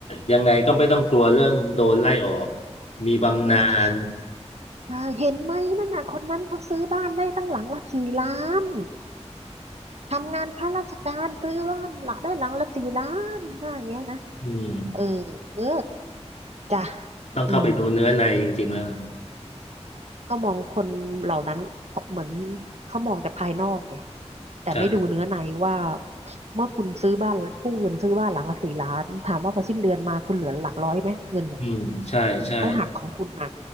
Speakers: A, on the left; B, on the right.
A: ยังไงก็ไม่ต้องกลัวเรื่องโดนไล่ออกมีบำนาญ
B: ออ ใช่เห็นไหมนั่นน่ะคนนั้นเขาซื้อบ้านได้ตั้งหลังละสี่ล้าน ทำงานข้าราชการซื้อบ้านละได้หลังละสี่ล้านว่าอย่างเงี้ยนะ
A: อืม
B: เออเออจ้ะ
A: ต้องเข้าไปดูเนื้อในจริงๆแล้ว
B: อืมก็มองคนเหล่านั้นเหมือนเขามองแต่ภายนอกไงแต่ไม่ดูเนื้อในว่า
A: ใช่
B: เมื่อคุณซื้อบ้านกู้เงินซื้อบ้านหลังละสี่ล้านถามว่าพอสิ้นเดือนมาคุณเหลือหลักร้อยไหมเงินเนี่ย
A: อืมใช่ใช่
B: เขาหักของคุณนะ